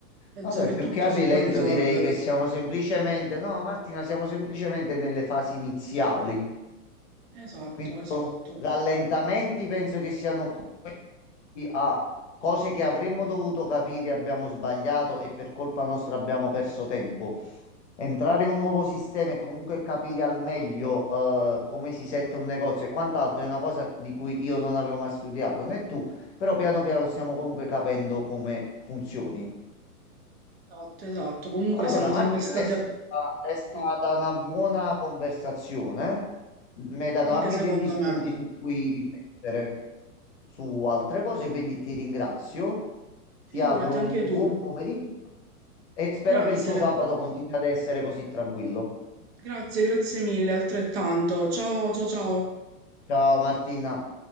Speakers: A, on the right; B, on the left.
A: Penso
B: Vabbè,
A: che
B: più
A: tutto
B: che a rilento
A: si può risolvere.
B: direi che siamo semplicemente, no, Martina, siamo semplicemente nelle fasi iniziali.
A: Esatto,
B: Quindi
A: esatto.
B: rallentamenti penso che siano chi ha cose che avremmo dovuto capire, abbiamo sbagliato e per colpa nostra abbiamo perso tempo. Entrare
A: Esatto,
B: in un nuovo sistema e comunque capire al meglio eh, come si setta un negozio e quant'altro è una cosa di cui io non avevo mai studiato, né tu, però piano piano stiamo comunque capendo come funzioni.
A: esatto. esatto. Comunque
B: Allora,
A: siamo
B: Martina,
A: sempre stati...
B: è stata,
A: ab-
B: è stata
A: Sì,
B: una buona conversazione. Mi
A: sì,
B: hai dato
A: anche
B: anche
A: secondo
B: degli spunti
A: me.
B: su cui riflettere su altre cose, quindi ti ringrazio.
A: Figurati
B: Ti auguro
A: anche
B: un
A: tu.
B: buon pomeriggio e spero
A: Grazie,
B: che il tuo sabato continui ad essere così tranquillo.
A: grazie, grazie mille, altrettanto. Ciao, ciao, ciao.
B: Ciao Martina.